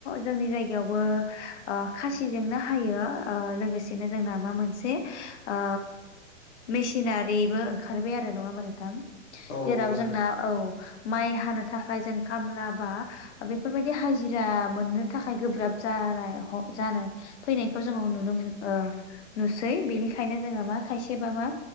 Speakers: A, on the left; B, on the left.
A: जोंनि जायगायावबो अ खासिजोंनो हायो ओ लोगोसेनो जोंना मा मोनसे ओ मेसिनारिबो ओंखारबाय आरो नङा होमबा नोंथां?
B: औ
A: जेराव
B: नंगौ नोंथां
A: जोंना औ माइ हानो थाखाय जों खामला बा बेफोरबायदि हाजिरा मोननो थाखाय गोब्राब जानाय ह जानो फैनायखौ जों नुनो मोन ओ नुसै बेनिखायनो जोङो मा खायसे बा मा